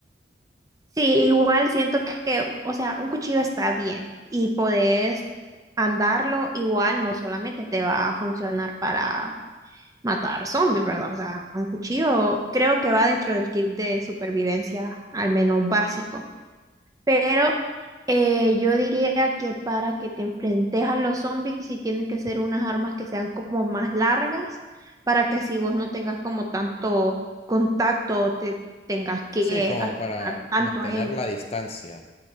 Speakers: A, on the right; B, on the left.
A: Sí, igual siento que, o sea, un cuchillo está bien y podés andarlo igual, no solamente te va a funcionar para matar zombies, ¿verdad? O sea, un cuchillo creo que va dentro del kit de supervivencia, al menos básico. Pero eh, yo diría que para que te enfrentes a los zombies, sí tienen que ser unas armas que sean como más largas, para que así vos no tengas como tanto contacto, o te tengas que
B: Sí, como
A: acercar
B: para
A: tanto
B: mantener
A: a ellos.
B: la distancia,